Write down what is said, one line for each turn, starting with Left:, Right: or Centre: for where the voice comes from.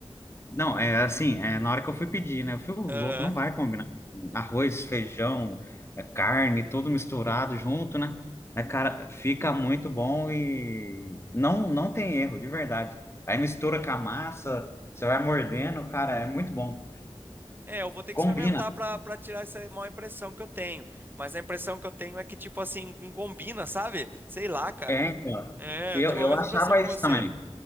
Left: não, é assim, é, na hora que eu fui pedir, né? Eu fui "Ô, louco,
Right: Aham.
Left: não vai combinar. Arroz, feijão, é, carne, tudo misturado junto, né? É, cara, fica muito bom e não, não tem erro, de verdade. Aí mistura com a massa, você vai mordendo, cara, é muito bom.
Right: É, eu vou ter
Left: Combina.
Right: que experimentar pra, pra tirar essa má impressão que eu tenho. Mas a impressão que eu tenho é que, tipo assim, não combina, sabe? Sei lá, cara.
Left: É, então.
Right: É,
Left: Eu,
Right: eu tive
Left: eu
Right: a mesma
Left: achava
Right: impressão que
Left: isso
Right: você.
Left: também.